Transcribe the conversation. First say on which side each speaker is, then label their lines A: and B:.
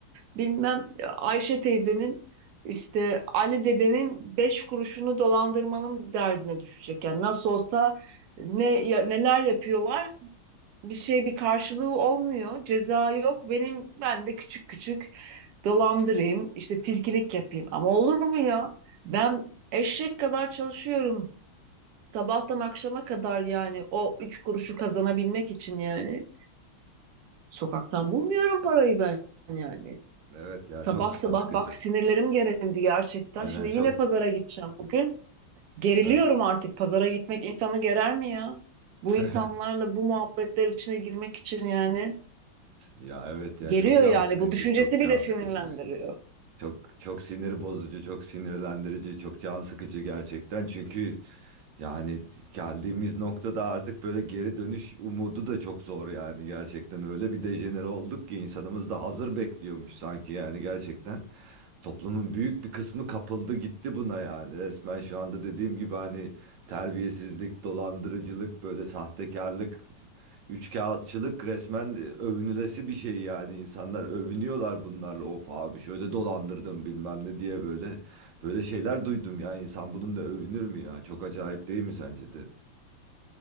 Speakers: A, on the right; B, on the right.
A: bilmem e, Ayşe teyzenin işte Ali dedenin beş kuruşunu dolandırmanın derdine düşecek. Yani nasıl olsa ne ya, neler yapıyorlar bir şey bir karşılığı olmuyor. Ceza yok. Benim ben de küçük küçük dolandırayım, işte tilkilik yapayım. Ama olur mu ya? Ben eşek kadar çalışıyorum. Sabahtan akşama kadar yani o üç kuruşu kazanabilmek için yani. Sokaktan bulmuyorum parayı ben yani.
B: Evet ya
A: Sabah
B: çok can
A: sabah
B: sıkıcı.
A: bak sinirlerim gerildi gerçekten.
B: Aynen
A: Şimdi
B: çok
A: yine pazara gideceğim bugün. Geriliyorum
B: evet.
A: artık pazara gitmek insanı gerer mi ya? Bu
B: <laughs>
A: insanlarla bu muhabbetler içine girmek için yani.
B: Ya evet ya
A: Geliyor
B: çok can
A: yani
B: sıkıcı,
A: bu düşüncesi
B: çok can
A: bile sinirlendiriyor.
B: sıkıcı. Çok çok sinir bozucu, çok sinirlendirici, çok can sıkıcı gerçekten. Çünkü yani geldiğimiz noktada artık böyle geri dönüş umudu da çok zor yani gerçekten. Öyle bir dejenere olduk ki insanımız da hazır bekliyormuş sanki yani gerçekten. Toplumun büyük bir kısmı kapıldı gitti buna yani. Resmen şu anda dediğim gibi hani terbiyesizlik, dolandırıcılık, böyle sahtekarlık Üçkağıtçılık resmen e, övünülesi bir şey yani insanlar övünüyorlar bunlarla of abi şöyle dolandırdım bilmem ne diye böyle böyle şeyler duydum ya insan bunun da övünür mü ya çok acayip değil mi sence de?